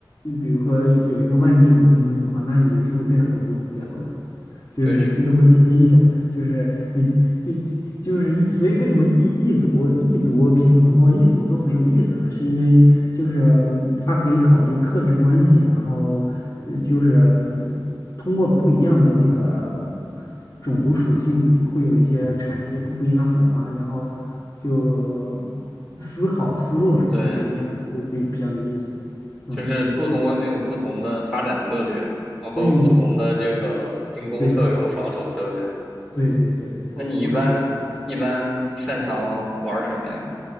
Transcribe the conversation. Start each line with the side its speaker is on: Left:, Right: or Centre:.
Left: 比如说有一个万金油兵种的话，那你游戏会变得很无聊的。就是每次都会出的一种，
Centre: 就是
Left: 就是你就就是一，所以为什么异异族异族平衡包括异族都很有意思呢？是因为就是它可以考虑克制关系，然后就就是通过不一样的那个种族属性会有一些产生一些不不一样的火花，然后就思考思路什么都不一样，
Centre: 对，
Left: 就比比较有意思。嗯，
Centre: 就是不同文明有不同的发展策略，然后不同的这个进攻策略和防守策略。
Left: 对对对对对对
Centre: 那你一般一般擅长玩儿什么呀？
Left: 对。同。